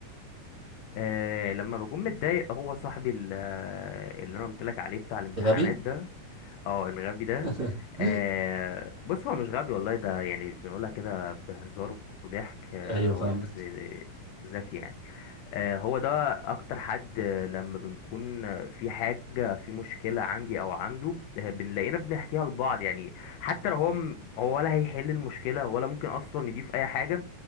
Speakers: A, on the left; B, on the right.
A: آه لما بكون متضايق هو صاحبي ال- آه، اللي انا قلت لك عليه بتاع الامتحانات
B: غبي
A: ده اه الغبي ده
B: <laughs>
A: آه بص هو مش غبي والله ده يعني بنقولها كده بهزار وضحك آه
B: ايوه
A: هو
B: فاهمك
A: شخص ذكي يعني آه، هو ده اكتر حد آه، لما بنكون آه، في حاجة في مشكلة عندي او عنده آه، بنلاقينا بنحكيها لبعض يعني حتى لو هو م- هو ولا هيحل المشكلة ولا ممكن اصلا يضيف اي حاجة